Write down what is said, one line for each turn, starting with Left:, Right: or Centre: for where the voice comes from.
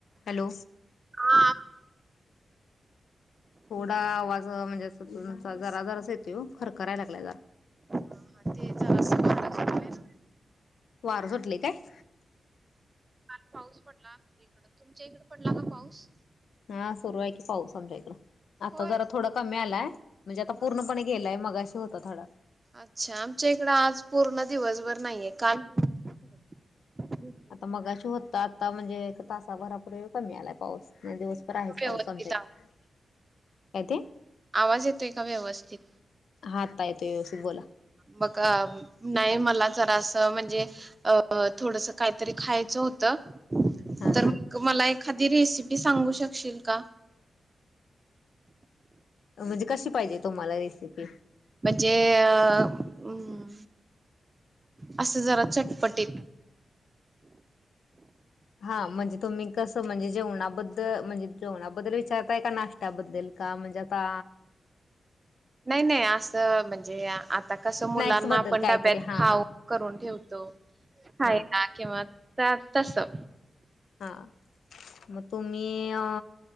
Left: Hello,
Right: हा
Left: थोडा आवाज म्हणजे असं तुमचा जराजरासा येतोय ओ. खरखराय लागला जरा.
Right: हा ते जरासं वारं सुटलंय ना
Left: वार सुटले काय?
Right: काल पाऊस पडला आमच्या इकडं. तुमच्या इकडं पडलां कां पाऊस?
Left: हा सुरु आहे की पाऊस आमच्या इकडं. आता
Right: होय
Left: जरा थोडं कमी आलाय. म्हणजे आता
Right: हा
Left: पूर्णपणे
Right: हा
Left: गेलाय. मगाशी होता थोडा.
Right: अच्छा! आमच्या इकडं आज पूर्ण दिवसंभर नाहीये. काल दिवसभर पडत होता. झिरझिर
Left: आता मगाशी होता. आता म्हणजे एका तासाभरापूर्वी कमी आलाय पाऊस
Right: आता
Left: नाही दिवस
Right: येतोय
Left: तरं
Right: का
Left: आहेचं
Right: व्यवस्थित
Left: पाऊस आमच्या
Right: आवाज
Left: इकडं. कायं ते?
Right: आवाज येतोय का व्यवस्थित?
Left: हा, आत्ता येतोय व्यवस्थित. बोला.
Right: बघा, नाही मला जरासं म्हणजे अ थोडंसं कांहीतरी खायचं होतं.
Left: हा
Right: तर
Left: हा
Right: मग मला एखादी रेसिपी सांगू शकशील का?
Left: म्हणजे कशी पाहिजे तुम्हांला रेसिपी?
Right: म्हणजे अ अं, असं जरा चटपटीत.
Left: हां, म्हणजे तुम्हीं कसं, म्हणजे जेवणाबद्दल म्हणजे जेवणाबद्दल विचारतांय. का नाष्ट्या त्यांबद्दल. कां म्हणजे आता
Right: नाही -नाही. असं, म्हणजे आ आता कसं, मुलांना
Left: स्नॅक्स बद्दल
Right: आपण
Left: काहीतरी
Right: डब्यात
Left: हा
Right: खाऊ
Left: हा
Right: करून ठेवतो, खायला.
Left: हा
Right: किंवा त्या, तसं.
Left: हां. मग तुम्हीं अ